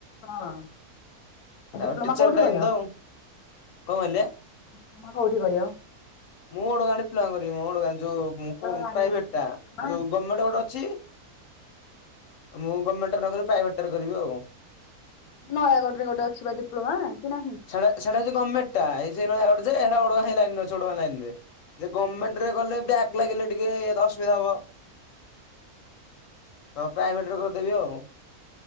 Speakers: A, on the left (about 80°); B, on the left (about 65°).
A: ହଁ ଡିପ୍ଲୋମା
B: ମ ଟିଚର
A: କୋଉଠି
B: ଲାଇନ
A: କରିବ?
B: ତ ଆଉ। କହିଲେ
A: ତମେ କୋଉଠି କରିବ।
B: ମୁଁ ଓଡ଼ଗାଁ ଡିପ୍ଳୋମା କରିବି ମ ଓଡ଼ଗାଁ। ଯୋଉ
A: କୁଆଡେ
B: ପୁ
A: ଗାଡି
B: ପ୍ରାଇଭେଟ
A: ଅଛି କି
B: ଟା
A: ଡିପ୍ଲୋମା?
B: ଯୋଉ ଗର୍ମେଣ୍ଟ ଗୋଟେ ଅଛି। ମୁଁ ଗର୍ମେଣ୍ଟରେ ନ କରିବି ପ୍ରାଇଭେଟ ଟା ରେ କରିବି ଆଉ।
A: ନୟାଗଡ଼ ରେ ଗୋଟେ ଅଛି ବା ଡିପ୍ଲୋମା? କି ନାହିଁ?
B: ସେ ସେଟା ଗମେଟ ଟା ଏ ସେଇ ନୟାଗଡ଼ ଯେ ଓଡ଼ଗାଁ ହେଇ ଲାଇନେ ରେ ଅଛି ଓଡ଼ଗାଁ ଲାଇନିରେ। ସେ ଗର୍ମେଣ୍ଟରେ ଗଲେ ବ୍ୟାକ ଲାଗିଲେ ଟିକେ ଇ ତ ଅସୁବିଧା ହବ। ତ ପ୍ରାଇଭେଟରେ କରିଦେବି ଆଉ।